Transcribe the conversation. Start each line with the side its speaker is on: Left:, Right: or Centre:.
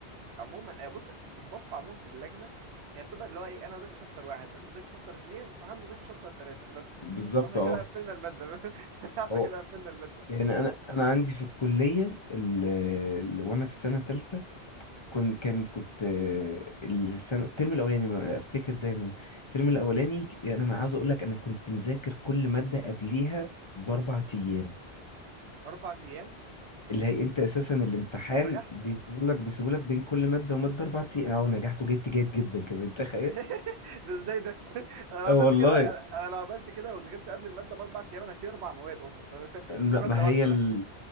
Right: عموما آه، بص البفه عموما في اللجنه هي بتبقى اللي هو ايه انا ذاكر شابتر واحد انت ذاكر شابتر اتنين صاحبنا ذاكر شابتر تلاته بس
Left: بالظبط
Right: واحنا
Left: اه
Right: كده قفلنا الماده <laughs> احنا
Left: هو
Right: كده قفلنا الماده
Left: يعني انا انا عندي في الكليه ال... ال... وانا في سنه تالتة كنت كان كنت آه، السنه الترم الاولاني ما افتكر دايما الترم الاولاني انا ما عاوز اقول لك انا كنت مذاكر كل ماده قبليها باربع
Right: مم.
Left: ايام
Right: اربع ايام
Left: اللي هي انت اساسا الامتحان
Right: ونجحت
Left: بيسيبولك بيسيبولك بين كل ماده وماده اربع ايام اه ونجحت وجبت جيد جدا كمان تخيل
Right: <laughs> ده ازاي ده انا لو عملت
Left: اه والله
Right: كده انا أنا لو عملت كده وذاكرت قبل الماده باربع ايام انا هشيل اربع مواد اصلا فاهم <laughs>
Left: لا
Right: مش ماده
Left: ما
Right: واحده
Left: هي ال...